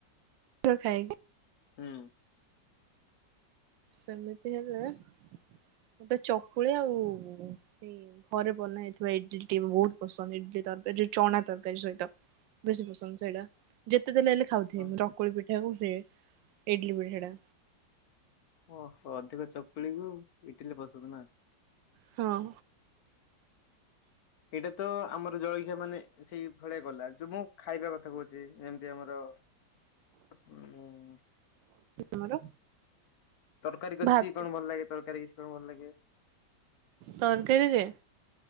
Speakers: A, on the right; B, on the left.
A: କ ଖାଏ।
B: ହୁଁ।
A: ସେମିତି ହେଲେ। ମତେ ଚକୁଳି ଆଉ ଏଇ ଘରେ ବନା ହେଇଥିବା ଇଡଲିଟି ବହୁତ ପସନ୍ଦ ଇଡ ତଡକା ଚଣା ତରକାରୀ ସହିତ ବେଶୀ ପସନ୍ଦ ସେଇଟା ଯେ କେତେ ଦେଲେ ହେଲେ ଖାଉଥିଏ
B: ହଁ
A: ଚକୁଳି ପିଠା କୁ ସେ ଇଡଲି ପିଠା ଟା।
B: ଓହୋ ଅଧିକ ଚକୁଳିକୁ ଇଟିଲି ପସନ୍ଦ୍ ନା।
A: ହଁ।
B: ଏଇଟା ତ ଆମର ଜଳଖିଆ ମାନେ ସେଇ ଭଳିଆ ଗଲା ଯଉ ମୁଁ ଖାଇବା କଥା କୋହୁଚି ଯେମିତି ଆମର ହୁଁ।
A: ଆମର
B: ତରକାରୀ କିଛି
A: ଭାତ
B: କଣ ଭଲ ଲାଗେ ତରକାରୀ କିଛି କଣ ଭଲ ଲାଗେ।
A: ତରକାରୀରେ